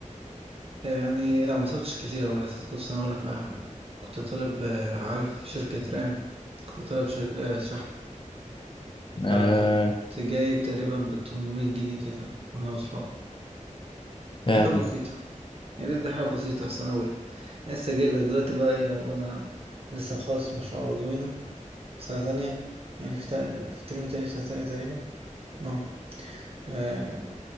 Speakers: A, on the right (about 45°); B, on the left (about 40°).
A: آه، يعني لا ما صرفتش كتير ولا لسه كنت في سنة أولى فكنت طالب آه، عارف شركة رام كنت طالب شركة آه، شحن فكنت
B: آه
A: جايب تقريبا بتمنمية جنيه كده أنا وأصحابي دي
B: يا
A: حاجة
B: هوي
A: بسيطة يعني دي حاجة بسيطة في سنة أولى أنا لسه جاي لك دلوقتي بقى إيه وأنا لسه مخلص مشروع أردوينو سنة تانية يعني في تا- في الترم التاني في سنة تانية تقريبا اه آه،